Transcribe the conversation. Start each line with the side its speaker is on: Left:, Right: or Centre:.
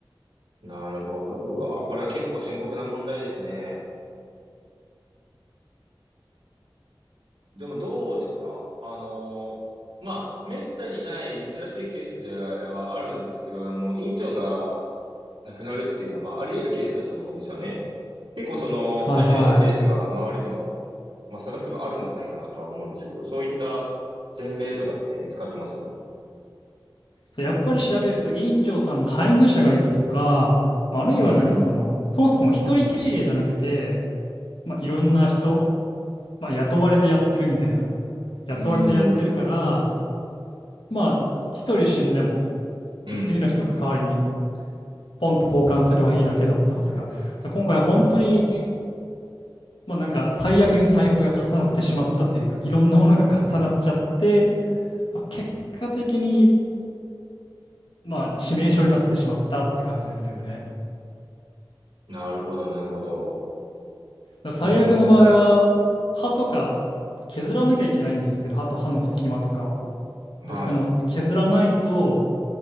Right: なるほど。うわ、これは結構深刻な問題ですね。でもどうですかあの、まあ、めったにない珍しいケースではあるんですけれども、院長が、なくなるっていうのは、まあ、あり得るケースだと思うんですよね。結構その、
Left: はいはい。
Right: 似たようなケースが周りでも、まあ、探せばあるんじゃないかなとは思うんですけど、そういった前例とかって見つかってますう
Left: そう、やっぱり調べると委員長さんの配偶者がいるとか、まあ、あるいはなんかその、
Right: ーん、う
Left: そもそも一人経営じゃなくて、まあ、いろんな人、まあ、雇われでやってるみたいな。雇われでやってるから、
Right: ーん、
Left: まあ、一人死んでも、
Right: うん。
Left: 次の人が代わりに、ポンと交換すればいいだけだったはずが、だから今回本当に、まあなんか、最悪に最悪が重なってしまったというか、いろんなものが重なっちゃって、まあ、結果的に、まあ、致命傷になってしまったって感じですよね。だか
Right: なるほど、なるほど。
Left: ら最悪の場合は、
Right: うーん、
Left: 歯とか削らなきゃいけないんですけど、歯と歯の隙間とかを。
Right: はい。
Left: で、その削らないと、